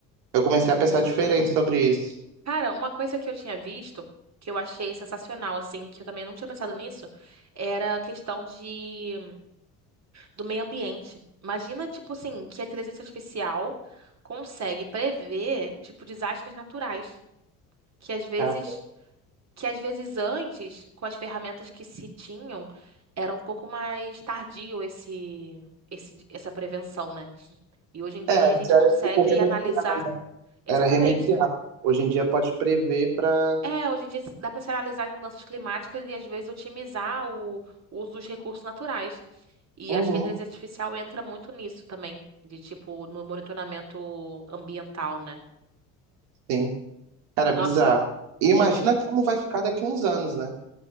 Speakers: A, on the right; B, on the right.
A: Eu comecei a pensar diferente sobre isso.
B: Cara, uma coisa que eu tinha visto, que eu achei sensacional, assim, que eu também não tinha pensado nisso, era a questão de do meio ambiente. Imagina, tipo assim, que a inteligência artificial consegue prever, tipo, desastres naturais, que às vezes,
A: Cara,
B: que às vezes antes, com as ferramentas que se tinham, era um pouco mais tardio esse, esse, essa prevenção, né? E hoje em dia
A: É, antes
B: a gente
A: era
B: consegue
A: tipo remediar.
B: analisar. Exatamente.
A: Era remediar. Hoje em dia pode prever pra.
B: É, hoje em dia dá para se analisar as mudanças climáticas e às vezes otimizar o, o uso dos recursos naturais. E
A: Uhum,
B: acho que a inteligência artificial entra muito nisso também, de tipo, no monitoramento ambiental, né?
A: sim. Cara, é
B: Nossa,
A: bizarro. E imagina
B: é,
A: como vai ficar daqui uns anos, né?